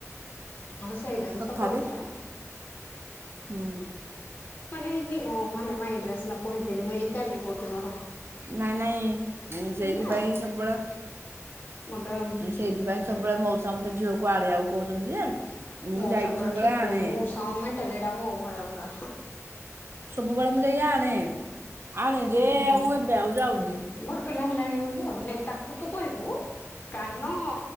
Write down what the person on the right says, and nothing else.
ତଥାପି
ହୁଁ।
ନାଇଁ ନାଇଁ ସେଇଥିପାଇଁ
ସବୁବେଳେ
ସେଇଥିପାଇଁ ସବୁବେଳେ ମଉସା ମତେ ଝିଅକୁ ଆନିବାକୁ କହୁଛନ୍ତି ଯେ ମୁଁ
ଯାଇକି
ସବୁବେଳେ
ଆଣେ
ସବୁବେଳେ ମୁଁ ଯାଇ ଆଣେ ଆଣେ ଯେ
ଆଉ ଏବେ ଆଉ ଯାଉନି